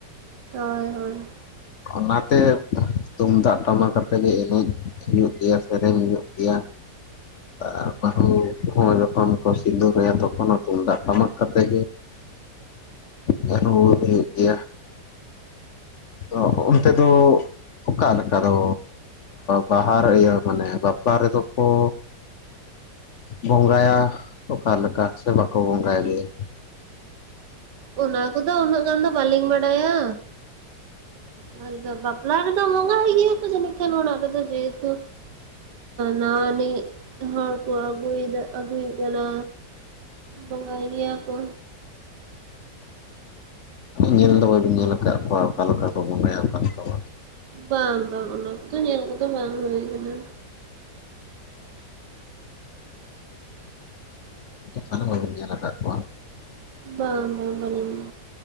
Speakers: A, on the right; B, on the left.
A: ᱦᱳᱭ ᱦᱳᱭ
B: ᱚᱱᱟᱛᱮ ᱛᱩᱢᱫᱟᱜ ᱴᱟᱢᱟᱠ ᱠᱟᱛᱮᱜ ᱜᱮ ᱮᱱᱮᱡ ᱦᱩᱭᱩᱜ ᱜᱮᱭᱟ ᱥᱮᱨᱮᱧ ᱦᱩᱭᱩᱜ ᱜᱮᱭᱟ᱾ ᱟᱨ ᱵᱟᱦᱩ <unintelligible> ᱡᱚᱠᱷᱚᱱ ᱠᱚ ᱥᱤᱸᱫᱩᱨ ᱟᱭᱟ ᱛᱚᱠᱷᱚᱱ ᱦᱚᱸ ᱛᱩᱢᱫᱟᱜ ᱴᱟᱢᱟᱠ ᱠᱟᱛᱮᱫ ᱜᱮ ᱨᱩ ᱦᱩᱭᱩᱜ ᱜᱮᱭᱟ ᱛᱚ ᱚᱱᱛᱮ ᱫᱚ ᱚᱠᱟ ᱞᱮᱠᱟ ᱫᱚ ᱵᱟᱦᱟ ᱨᱮ ᱤᱭᱟᱹ ᱢᱟᱱᱮ ᱵᱟᱯᱞᱟ ᱨᱮᱫᱚ ᱚ ᱵᱚᱸᱜᱟᱭᱟ ᱚᱠᱟ ᱞᱮᱠᱟ ᱥᱮ ᱵᱟᱠᱚ ᱵᱚᱸᱜᱟᱭ ᱜᱮᱭᱟ?
A: ᱚᱱᱟ ᱠᱚᱫᱚ ᱩᱱᱟᱹᱜ ᱜᱟᱱ ᱫᱚ ᱵᱟᱹᱞᱤᱧ ᱵᱟᱰᱟᱭᱟ᱾ ᱵᱟᱯᱞᱟ ᱨᱮᱫᱚ ᱵᱟᱯᱞᱟ ᱨᱮᱫᱚ ᱵᱚᱸᱜᱟᱭ ᱜᱮᱭᱟᱠᱚ ᱡᱟᱹᱱᱤᱡ ᱠᱷᱟᱱ ᱚᱲᱟᱜ ᱨᱮᱫᱚ ᱡᱮᱦᱮᱛᱩ ᱱᱟᱣᱟᱱᱤᱡ ᱦᱚᱲ ᱠᱚ ᱟᱹᱜᱩᱭᱮᱫᱟ ᱟᱹᱜᱩᱭᱮ ᱠᱟᱱᱟ᱾ ᱵᱚᱸᱜᱟᱭ ᱜᱮᱭᱟ ᱠᱚ᱾
B: ᱚ ᱧᱮᱞ ᱫᱚ ᱵᱟᱹᱵᱤᱱ ᱧᱮᱞ ᱟᱠᱟᱫ ᱠᱚᱣᱟ ᱚᱠᱟ ᱞᱮᱠᱟ ᱠᱚ ᱵᱚᱸᱜᱟᱭᱟ ᱚᱠᱟ ᱞᱮᱠᱟ ᱵᱟᱝ
A: ᱵᱟᱝ ᱵᱟᱝ ᱚᱱᱟ ᱠᱚᱫᱚ ᱧᱮᱞ ᱠᱚᱫᱚ ᱵᱟᱝ ᱦᱩᱭ ᱠᱟᱱᱟ᱾
B: ᱛᱟᱦᱞᱮ ᱵᱟᱹᱵᱤᱱ ᱧᱮᱞ ᱟᱠᱟᱫ ᱠᱚᱣᱟ᱾
A: ᱵᱟᱝ ᱵᱟᱝ ᱵᱟᱞᱤᱧ